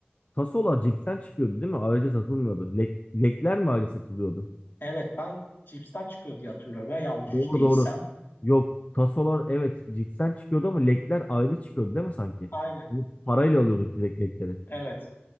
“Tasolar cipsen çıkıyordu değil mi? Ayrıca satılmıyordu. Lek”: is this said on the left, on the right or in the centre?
Left